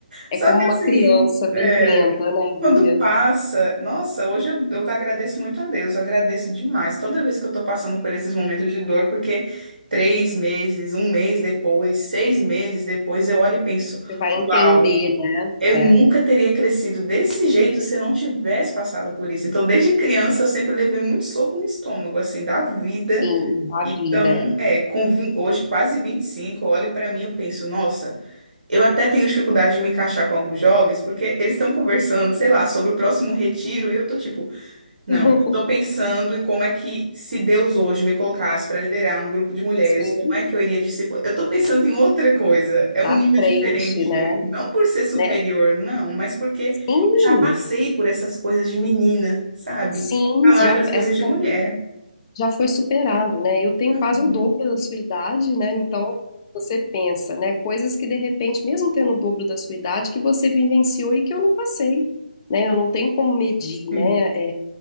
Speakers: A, on the left; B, on the right.
A: É
B: Só
A: como
B: que
A: uma
B: assim,
A: criança
B: é,
A: viventa, né, Bia?
B: quando passa, nossa, hoje eu, eu agradeço muito a Deus, eu agradeço demais toda vez que eu estou passando por esses momentos de dor, porque três meses, um mês depois, seis meses depois, eu olho e penso,
A: Você vai entender,
B: uau.
A: né?
B: Eu nunca
A: É,
B: teria crescido desse jeito se eu não tivesse passado por isso. Então, desde criança, eu sempre levei muito soco no estômago, assim, da vida.
A: sim, da
B: Então,
A: vida. é.
B: é, com vi- hoje quase 25, eu olho pra mim e penso, nossa, eu até tenho dificuldade de me encaixar com alguns jovens, porque eles estão conversando, sei lá, sobre o próximo retiro, e eu tô tipo, não,
A: <laughs>
B: eu tô pensando em como é que, se Deus hoje me colocasse para liderar um grupo de mulheres,
A: Sim,
B: como é que eu iria discipular? Eu estou pensando em outra coisa, é
A: pra
B: um nível
A: frente,
B: diferente,
A: né?
B: não por ser superior,
A: Né?
B: não, mas porque
A: Sim,
B: eu já passei por essas coisas de menina, sabe?
A: sim,
B: Tá na hora
A: já
B: das coisas
A: essa.
B: de mulher.
A: já foi superado, né? Eu tenho
B: Uhum.
A: quase o dobro da sua idade, né? Então, você pensa, né? Coisas que de repente, mesmo tendo o dobro da sua idade, que você vivenciou e que eu não passei, né? Eu não tenho como medir,
B: Sim,
A: né? É,